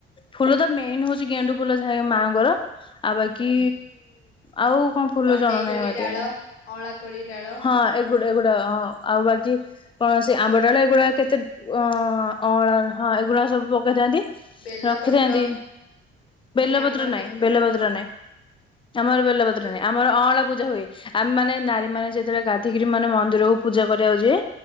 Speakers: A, on the left; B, on the left.
A: ଫୁଲ ତ ମେନ୍ ହଉଚି ଗେଣ୍ଡୁ ଫୁଲ ଯାହାକି ମାଆଙ୍କର। ଆ ବାକି
B: ହୁଁ।
A: ଆଉ କଣ ଫୁଲ
B: କଣ୍ଟେଇ
A: ଜଣା ନାହିଁ
B: କୋଳି
A: ମତେ
B: ଡାଳ ଅଁଳା କୋଳି ଡାଳ
A: ହଁ। ଗୁଡେ ଗୁଡା ହଁ ଆଉ ବାକି କୌଣସି ଆମ୍ବଡାଳ ଏଗୁଡା କେତେ ଅ ଅଁଳା ହଁ ଏଗୁଡା ସବୁ ପକେଇଥାନ୍ତି।
B: ବେଲପତ୍ର
A: ରଖିଥାନ୍ତି ବେଲପତ୍ର
B: ମାନେ ଆମର
A: ନାଇଁ
B: କେମିତି
A: ବେଲପତ୍ର ନାଇଁ ଆମର ବେଲପତ୍ର
B: ବେଲ
A: ନାଇଁ। ଆମର ଅଁଳା ପୂ ହୁଏ ଆମେ ମାନେ ନାରୀମାନେ ଯେତେବେଳେ ଗାଧିକିରି ମାନେ ମନ୍ଦିରକୁ ପୂଜା କରିବା ଯିବେ।